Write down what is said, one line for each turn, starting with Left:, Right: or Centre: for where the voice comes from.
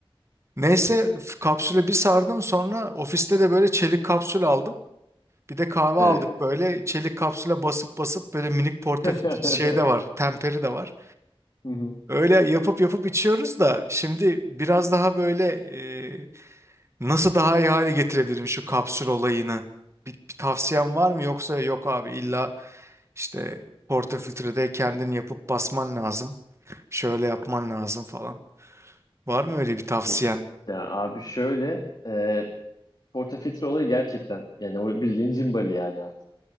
Right: Neyse f- kapsüle bir sardım sonra ofiste de böyle çelik kapsül aldım. Bir de kahve
Left: Evet.
Right: aldık böyle çelik kapsüle basıp basıp böyle minik portafiltre
Left: <laughs> Hı
Right: şey de var. Temperi de var.
Left: hı.
Right: Öyle yapıp yapıp içiyoruz da şimdi biraz daha böyle e, nasıl daha iyi hale getirebilirim şu kapsül olayını? Bir, bir tavsiyen var mı yoksa yok abi illa işte portafiltrede kendin yapıp basman lazım. Şöyle yapman lazım falan. Var mı öyle bir tavsiyen?
Left: Ye- Ya abi şöyle e, portafitre olayı gerçekten yani o bildiğin cimbali yani artık